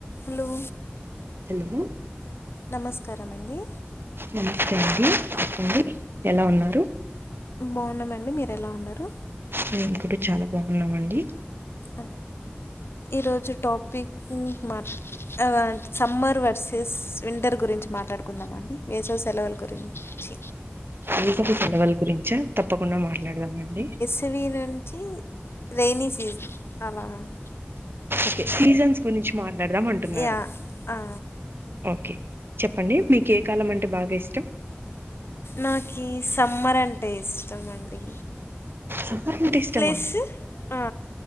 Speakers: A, on the left (about 75°); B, on the right (about 65°).
A: Hello
B: hello
A: నమస్కారమండి
B: నమస్తే అండి చెప్పండి ఎలా ఉన్నారు
A: బాగున్నామండి మీరు ఎలా ఉన్నారు
B: మేం కూడా చాలా బాగున్నామండి
A: ఆ ఈరోజు టాపిక్ మట్ల ఆ సమ్మర్ వర్సెస్ వింటర్ గురించి మాట్లాడుకుందామా అండి వేసవి సెలవులు గురించి
B: వేసవి సెలవుల గురించా తప్పకుండా మాట్లాడదామండి
A: థవీ నుంచి రెైనీ సీజన్ అలా అండి
B: ఓకే సీజన్స్ గురించి మాట్లాడదాం అంటున్నారు
A: యా ఆ.
B: ఓకే చెప్పండి మీకు ఏ కాలం అంటే బాగా ఇష్టం
A: నాకి సమ్మర్ అంటే ఇష్టం అండి
B: సమ్మర్ అంటే ఇష్టమా
A: ప్లస్ ఆ